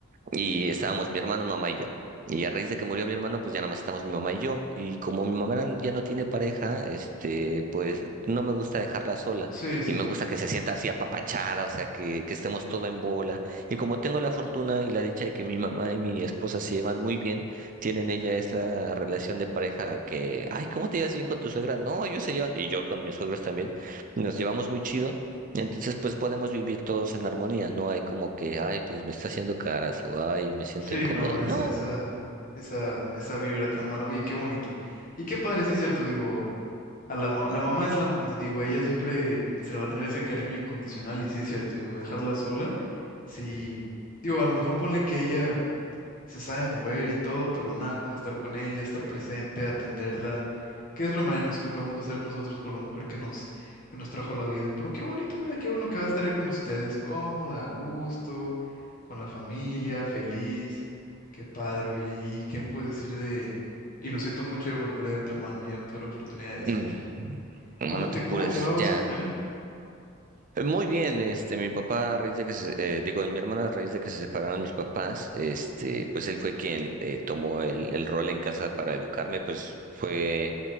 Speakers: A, on the right; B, on the left.
A: Y estábamos mi hermano, mamá y yo. Y a raíz de que murió mi hermano, pues ya nada más estamos mi mamá y yo. Y como mi mamá no- ya no tiene pareja, este, pues no me gusta dejarla sola.
B: Sí, sí,
A: Y me gusta que se sienta así apapachada, o sea, que, que estemos todo en bola. Y como tengo la fortuna y la dicha de que mi mamá y mi esposa se llevan muy bien, tienen ella esa relación de pareja que, ay, ¿cómo te llevas bien con tu suegra? No, ellos se llevan, y yo con mis suegros también, nos llevamos muy chido. Entonces, pues podemos vivir todos en armonía, no hay como que, ay, pues me está haciendo caras o ay, me siento
B: Sí,
A: incómodo.
B: no, esa,
A: No,
B: esa, esa, esa vibra tan mala. Oye, qué bonito. Y qué padre, sí, cierto, digo, a la, ma- la mamá es la mamá, digo, ella siempre n- se le va a tener ese cariño incondicional, y sí es cierto, digo, dejarla sola, sí, digo, a lo mejor ponle que ella se sabe mover y todo, pero nada como estar con ella, estar presente, atenderla, que es lo menos que podemos hacer nosotros por la mujer que nos, que nos trajo la vida. Pero qué bonito, mira, qué bueno que va a estar ahí con ustedes, cómoda, a gusto, con la familia, feliz. Qué padre, oye, y qué me puedes decir de... Y lo siento mucho ya por la pérdida de tu hermano, ya no tuve la oportunidad de decirte.
A: mm, no,
B: ¿Cómo
A: no
B: te,
A: te apures,
B: cómo te vas
A: ya.
B: con él?
A: Eh, Muy bien, este, mi papá, a raíz de que se, eh, digo, de mi hermana, a raíz de que se separaron mis papás, este, pues él fue quien eh, tomó el, el rol en casa para educarme, pues fue,